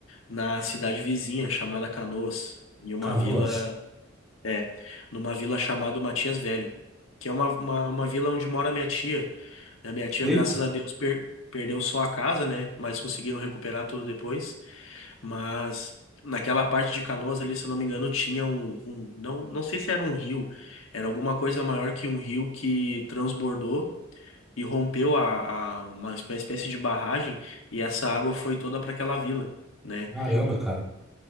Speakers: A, on the left (about 80°); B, in the centre.
A: na cidade vizinha, chamada Canoas, em uma
B: Canoas.
A: vila, é, numa vila chamada Matias Velho, que é uma, uma, uma vila onde mora minha tia. A minha tia,
B: Eita,
A: graças a Deus, per- perdeu só a casa, né? Mas conseguiram recuperar tudo depois. Mas naquela parte de Canoas ali, se eu não me engano, tinha um, um- não, não sei se era um rio, era alguma coisa maior que um rio que transbordou e rompeu a, a- uma, espé- uma espécie de barragem e essa água foi toda para aquela vila, né?
B: caramba, cara.